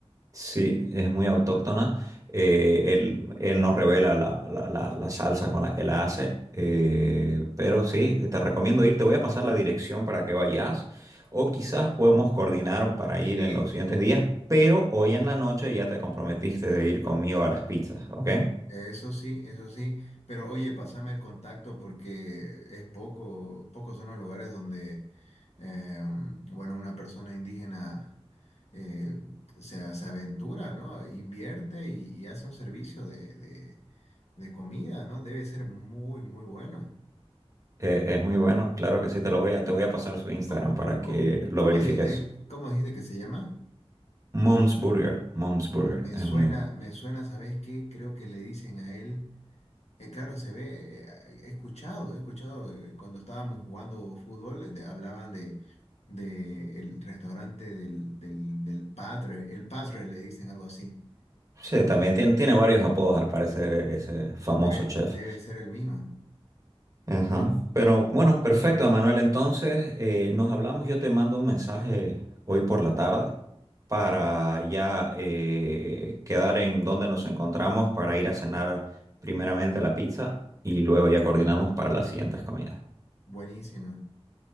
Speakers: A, on the right; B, on the left.
A: Sí, es muy autóctona. Eh, él, él nos revela la, la- la- la salsa con la que la hace. Eh, pero sí, te recomiendo ir. Te voy a pasar la dirección para que vayas. O quizás podemos coordinar para
B: Sí.
A: ir en los siguientes días. Pero hoy en la noche ya te comprometiste de ir conmigo a las pizzas, ¿ok?
B: Eso sí, eso sí. Pero oye, pásame el contacto porque es poco, pocos son los lugares donde, eh, bueno, una persona indígena eh, se, se aventura, ¿no? Invierte y, y hace un servicio de, de- de comida, ¿no? Debe ser muy, muy bueno.
A: Eh, es muy bueno. Claro que sí, te lo voy a, te voy a pasar su Instagram
B: ¿Cómo,
A: para
B: cómo-
A: que lo
B: cómo
A: verifiques.
B: dijiste, cómo dijiste que se llama?
A: Mom's Burger. Mom's
B: Mos-
A: Burger.
B: Me
A: Es
B: suena,
A: muy bueno.
B: me suena, ¿sabes qué? Creo que le dicen a él. Eh, claro, se ve, eh, eh, he escuchado, he escuchado, eh, eh, cuando estábamos jugando fútbol, eh, de- hablaban de, de el restaurante del, del, del padre, el padre le dicen algo así.
A: Sí, también tiene, tiene varios apodos al parecer ese famoso
B: Debe,
A: chef.
B: debe ser el mismo.
A: Ajá. Pero bueno, perfecto, Manuel. Entonces, eh, nos hablamos. Yo te mando un mensaje hoy por la tarde para ya eh, quedar en donde nos encontramos para ir a cenar primeramente la pizza y luego ya coordinamos para las siguientes comidas.
B: Buenísimo.